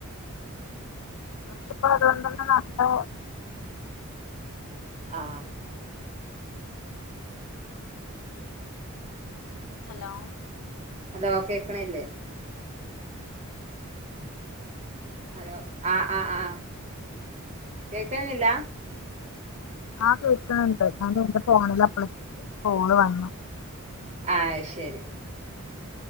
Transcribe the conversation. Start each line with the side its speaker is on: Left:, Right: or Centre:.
Left: അവർക്കിപ്പോ അതുകൊണ്ടന്നെ നല്ല
Right: ആ
Left: ഹലോ
Right: ഹലോ കേക്കണില്ലേ? ഹലോ ആഹ് ആ ആ കേക്കണനില്ല
Left: ആഹ കേൾക്കണണ്ട് ഞാൻ എന്റെ ഫോണിൽ അപ്പള ഒരു കോള് വന്നു
Right: ആഹ് ശരി